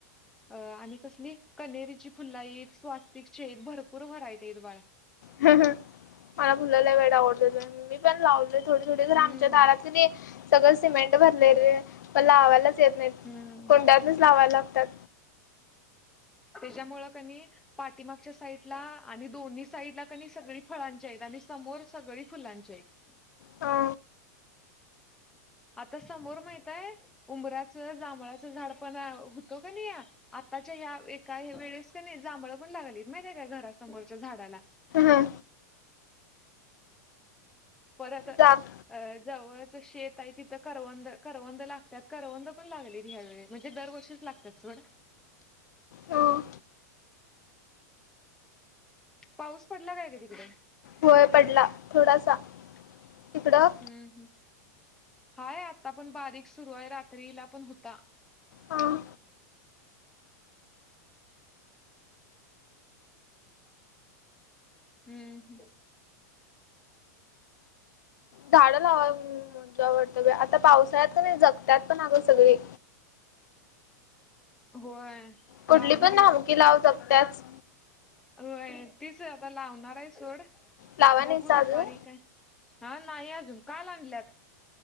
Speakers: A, in the centre; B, on the left.
A: अ आणि कसली कनेरीची फुल्ल हाईत, स्वास्तिक भरपूर व्हरायटी आहेत बाळा.
B: हाह मला फुल लय वेळ आवडत मी पण लावल. थोडे थोडे घर
A: हम्म
B: आमच्या दारात सगळं सिमेंट भरले र आहे पण लावायलाच येत नाही
A: हम्म
B: कोंड्यातच लावायला लागतात
A: त्याच्यामुळं कनी पाठीमागच्या साईडला आणि दोन्ही साईडला क सगळी फळांच्या आहेत आणि समोर सगळी फुलांच्या आहेत
B: हा
A: आता समोर माहितय उबराचं जांभळाचं झाड पण होतं का नि या आताच्या ह्या एका वेळेस का नाही जांभळ पण लागलीत माहितीे काय घरासमोरच्या झाडाला
B: ह
A: पराता
B: जाग
A: जवळच शेत आहे तिथं करवंद करवंद लागतात करवंद पण लागलेत ह्या वेळे म्हणजे दरवर्षीच लागतात सथडं
B: ह
A: पाऊस पडला काय का तिकडे
B: होय पडला थोडासा तिकडं
A: हम्म ह् हाय आता पण बारीक सुरू आहे रात्रीला पण होता
B: अं,
A: हम्म
B: झाडं लावा म्हणजो आवडतं आता पावसाळ्यात नाही जगत्यात पण अगं सगळी
A: होय
B: कुठली
A: लावणार
B: पण झाड लावू शकतच
A: होय तीच आता लावणार आहे सोड
B: लावा
A: बघू
B: नाही सा
A: दुपारी
B: अजून
A: काय हा नाही अजून का आणल्यात